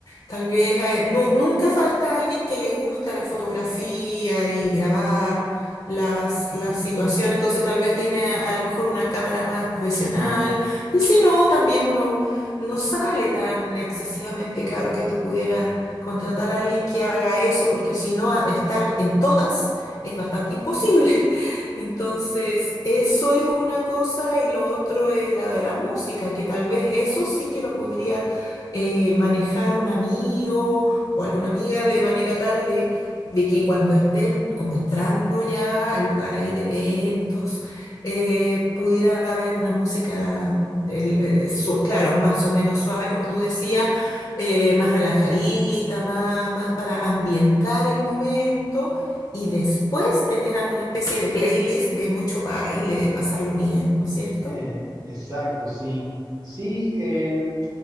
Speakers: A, on the left; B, on the right.
A: Tal vez hay- nu- nunca falta alguien que le gusta la fotografía y grabar las, las situaciones, entonces tal vez tiene a, a lo mejor una cámara más profesional y si no, también uno no sale tan excesivamente caro que tú pudieras contratar a alguien que haga eso, porque si no, a- estar en todas es bastante imposible. <laughs> Entonces, eso es una cosa y lo otro es la de la música, que tal vez eso sí que lo podría eh, manejar un amigo o alguna amiga de manera tal de, de que cuando estén como entrando ya al lugar ahí de eventos, eh, pudiera haber una música, el, eh, su- claro, más o menos suave, como tú decías, eh, más relajadita, más, más para ambientar el momento y después tener a una especie de playlist de mucho baile, de pasarlo bien, ¿no es cierto?
B: Eh, exacto, sí. Sí, em,